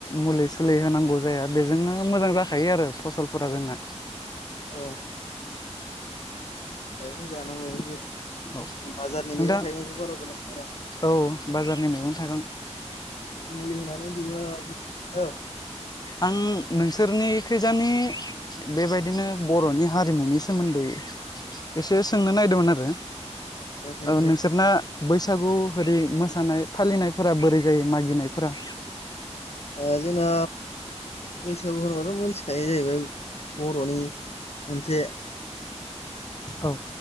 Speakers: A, on the left (about 35°); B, on the left (about 60°).
A: मुलि सुलि होनांगौ जाया बेजोंनो मोजां जाख यो आरो फसलफोरा जोंना।
B: ओ <unintelligible> जानांगौ जे
A: औ
B: बाजारनि
A: नोंथां
B: मैगं थाइगंखौ बारा जानाङा ब्रा।
A: औ बाजारनि मैगं-थाइगं।
B: मुलि होनानै बिबा औ।
A: आं नोंसोरनि खैजानि बेबायदिनो बर'नि हारिमुनि सोमोन्दै एसे सोंनो नागिरदोंमोन आरो।
B: रासायनिक
A: ओ
B: मुलि।
A: नोंसोरना बैसागु होरि मोसानाय फालिनायफोरा बोरै जायो मागिनायफोरा?
B: ओ जोङो बैसागु होनबाथ' मिनथिखायो जाहैबाय बर'नि मोनसे
A: औ